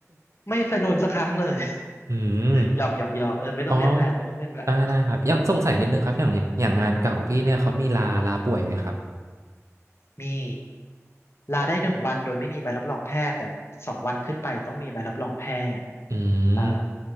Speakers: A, on the left (about 55°); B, on the right (about 70°).
A: ไม่เคยโดนสักครั้งเลย
B: <laughs> อืม
A: <laughs> หยอกหยอกหยอกเออไม่ต้องเรียนแบบไม่ต้องเรียนแบบ
B: อ๋อได้ได้ครับอย่างสงสัยนิดนึงครับอย่างอย่างอย่างงานเก่าของพี่เนี่ยเขามีลาลาป่วยไหมครับ
A: มีลาได้หนึ่งวันโดยไม่มีใบรับรองแพทย์แต่สองวันขึ้นไปต้องมีใบรับรองแพทย์
B: อืม
A: อ่า